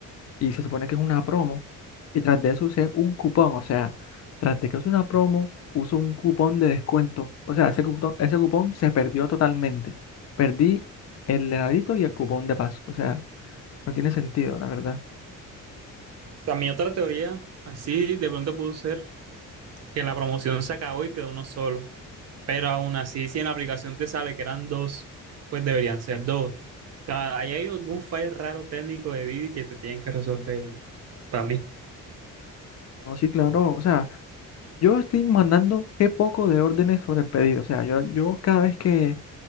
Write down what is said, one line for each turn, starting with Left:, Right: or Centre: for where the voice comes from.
Left: Y se supone que es una promo. Y tras de eso usé un cupón, o sea, tras de que es una promo, uso un cupón de descuento. O sea, ese cupón, ese cupón se perdió totalmente. Perdí el heladito y el cupón de paso. O sea, no tiene sentido, la verdad.
Right: O sea, mi otra teoría, así de pronto pudo ser que la promoción se acabó y quedó uno solo. Pero aún así, si en la aplicación te sale que eran dos, pues deberían ser dos. O sea, ahí hay algún file raro técnico de Didi que te tienen que resolver para mí.
Left: No, sí, claro, o sea. Yo estoy mandando qué poco de órdenes sobre el pedido. O sea, yo, yo cada vez que,